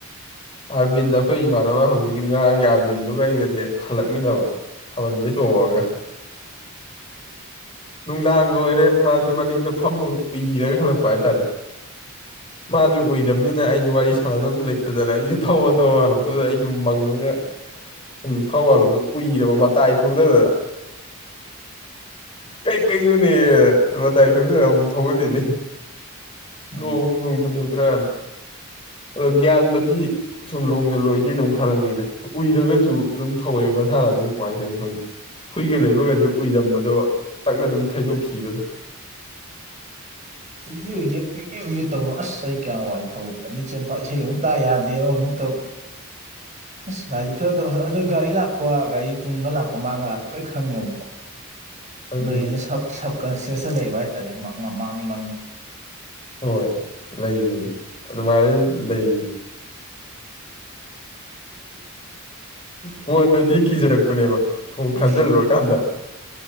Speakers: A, on the left (about 25°); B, on the right (about 35°).
A: ꯑꯥꯔꯕꯤꯟ ꯑꯩꯈꯣꯏ ꯏꯃꯥꯟꯅꯕ ꯍꯧꯖꯤꯛꯀꯤ ꯉꯔꯥꯡꯒꯤ ꯑꯥꯔꯕꯤꯟꯗꯨꯒ ꯑꯩꯒꯁꯦ ꯍꯜꯂꯛꯃꯤꯟꯅꯕ ꯊꯕꯜꯁꯦ ꯆꯣꯡꯉꯨꯔꯒ
B: ꯎꯝ
A: ꯅꯨꯡꯗꯥꯡꯒꯤ ꯑꯣꯏꯔꯦ ꯃꯥꯁꯨ ꯃꯅꯤꯡꯗ ꯐꯝꯃꯒ ꯎꯏꯔꯒ ꯍꯜꯂꯛꯄ ꯍꯥꯏꯇꯥꯔꯦ ꯃꯥꯗꯤ ꯑꯣꯏꯗꯕꯅꯤꯅ ꯑꯩꯁꯨ ꯋꯥꯔꯤ ꯁꯥꯟꯅꯅꯕꯁꯨ ꯂꯩꯇꯗꯅ ꯑꯩꯁꯨ ꯊꯧꯔ ꯊꯧꯔ ꯍꯜꯂꯛꯄꯗꯨꯗ ꯑꯩꯁꯨ ꯃꯪꯉꯒ ꯁꯨꯝ ꯊꯧꯕꯥꯜꯂꯁꯨ ꯎꯏꯔꯕ ꯃꯇꯥꯏ ꯊꯧꯗꯗꯅ ꯀꯩꯀꯩꯩꯅꯣꯅꯦ ꯃꯇꯥꯏ ꯊꯧꯖꯔ ꯑꯃꯨꯛ ꯊꯧꯒꯂꯤꯗꯤ
B: ꯎꯝ
A: ꯅꯣꯡ ꯂꯣꯡꯁꯤꯂꯣꯏꯗ꯭ꯔꯥꯅ ꯑꯗꯣ ꯒ꯭ꯌꯥꯟꯕꯗꯤ ꯁꯨꯝ ꯂꯣꯡꯖꯟꯂꯣꯏꯗꯤ ꯑꯗꯨꯝ ꯈꯜꯂꯉꯤꯗ ꯎꯏꯔꯒꯁꯨ ꯑꯗꯨꯝ ꯊꯧꯋꯦ ꯃꯁꯥꯅ ꯑꯗꯨꯝ ꯀꯃꯥꯏꯅꯗꯣꯏꯅꯣ ꯈꯪꯗꯦ ꯍꯨꯏꯒ ꯂꯩꯕꯒꯁꯦ
B: ꯎꯝ
A: ꯎꯏꯗꯝꯕꯗꯣ ꯇꯛꯅ ꯑꯗꯨꯝ ꯊꯩꯗꯣꯛꯈꯤꯕꯈꯤꯕ ꯑꯗꯨꯣ
B: ꯎꯨꯏꯦ ꯎꯏꯦ ꯎꯏꯒꯦꯨꯏꯒꯦ ꯇꯧꯕꯅꯣ ꯑꯁ ꯑꯩ ꯀꯌꯥꯝ ꯋꯥꯏ ꯊꯧꯕꯗ ꯃꯤꯆꯦ ꯑꯃꯨ ꯏꯁꯩ ꯑꯃꯨꯛ ꯇꯥ ꯌꯥꯗꯦ ꯑꯃꯨꯛꯇ ꯇ
A: <unintelligible>
B: ꯑꯁ ꯒꯥꯔꯤꯁꯦ ꯐꯖꯗꯕ ꯐꯖ ꯑꯗꯣ ꯒꯥꯔꯤ ꯂꯥꯛꯄ ꯒꯥꯔꯤ ꯇꯨꯡꯒ ꯂꯥꯛꯄ ꯃꯥꯡꯒ ꯂꯥꯛꯄ ꯂꯣꯏ ꯈꯪꯉꯦꯕꯀꯣ
A: ꯈꯪꯕꯅꯤ
B: ꯕ꯭ꯔꯦꯟꯁꯦ ꯁꯕꯀꯟꯁꯤꯌꯁꯇ ꯂꯩꯕ ꯍꯥꯏꯇꯥꯔꯦ ꯃꯥꯡꯅꯤ ꯃꯥꯡꯅꯤ
A: ꯍꯣꯏ ꯂꯩꯕꯅꯤ ꯑꯗꯨꯃꯥꯏꯅ ꯂꯩꯕꯅꯤ ꯀꯣꯟꯅꯗꯤ ꯀꯤꯖꯔꯛꯄꯅꯦꯕ ꯈꯣꯡ ꯈꯟꯖꯤꯜꯂꯨꯔꯀꯥꯟꯗ
B: ꯎꯝ